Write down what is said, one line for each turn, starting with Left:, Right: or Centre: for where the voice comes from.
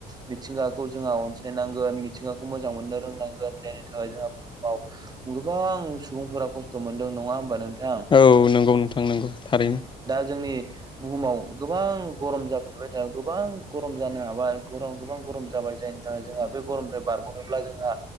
Right: मिथिंगाखौ जोंहा अनसायनांगोन मिथिंगाखौ मोजां मोन ननो रोंनांगोन जायनि थाखाय जोंहा बुहुमाव गोबां सुबुंफोरा खस्थ' मोनदों नङा होमबा नोंथां?
Left: औ नंगौ नोंथां नंगौ थारैनो
Right: दा जोंनि बुहुमाव गोबां गरम जाबा <unintelligible> गोबां गरम जानो हाबाय गरम गोबां गरम जाबाय जायनि थाखाय जोंहा बे गरमनि बारग'नोब्ला जोंहा